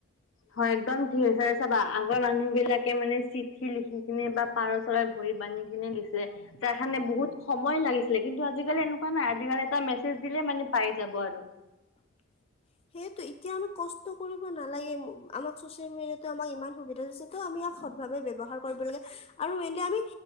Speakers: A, on the left; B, on the left.
A: হয়, একদম ঠিক হৈছে চাবা, আগৰ মানুহ বিলাকে মানে চিঠি লিখি কিনে বা পাৰ চৰাই ভৰিত বান্ধি কিনে দিছিলে, তাৰ কাৰণে বহুত সময় লাগিছিলে, কিন্তু আজিকালি এনেকুৱা নাই, আজিকালি এটা মেছেজ দিলেই মানে পাই যাব আৰু
B: <inaudible> সেইটো এতিয়া আমি কষ্ট কৰিব নালাগে আমাক চ'চিয়েল মিডিয়াটো আমাক ইমান সুবিধা দিছে, ত' আমি ইয়াক সদভাৱে ব্যৱহাৰ কৰ আপোনালোকে আৰু মেইনলী আমি